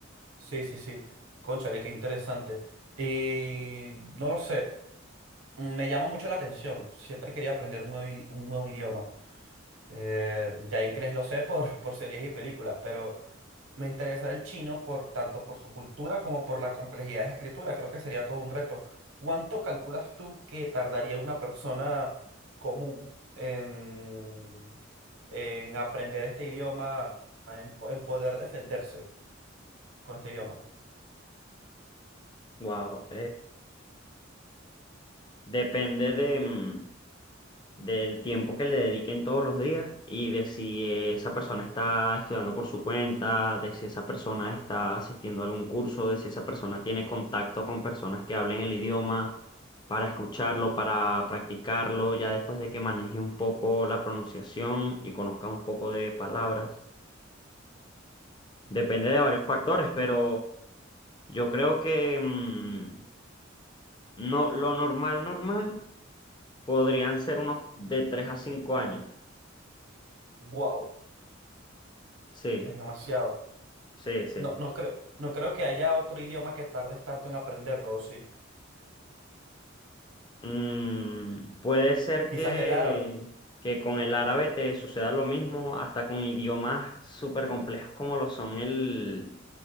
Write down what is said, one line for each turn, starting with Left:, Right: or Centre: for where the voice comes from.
Right: Sí, sí, sí. Cónchale, qué interesante. Y no lo sé, me llama mucho la atención. Siempre quería aprender un nuevo, i- un nuevo idioma. Eh, ya inglés lo sé por, <laughs> por series y películas, pero me interesa el chino por tanto por su cultura como por la complejidad de escritura. Creo que sería todo un reto. ¿Cuánto calculas tú que tardaría una persona común en, en aprender este idioma, en, po- en poder defenderse con este idioma?
Left: Wow. Depende de, mm, del tiempo que le dediquen todos los días y de si esa persona está estudiando por su cuenta, de si esa persona está asistiendo a algún curso, de si esa persona tiene contacto con personas que hablen el idioma para escucharlo, para practicarlo, ya después de que maneje un poco la pronunciación y conozca un poco de palabras.
Right: Ok.
Left: Depende de varios factores, pero yo creo que mm, no, lo normal, normal. Podrían ser unos de 3 a 5 años.
Right: Wow.
Left: Sí,
Right: Es demasiado.
Left: sí, sí.
Right: No, no creo, no creo que haya otro idioma que tardes tanto en aprenderlo, ¿o sí.
Left: Mm, puede ser
Right: Quizás
Left: que,
Right: el árabe.
Left: que con el árabe te suceda lo mismo, hasta con idiomas súper complejos como lo son el,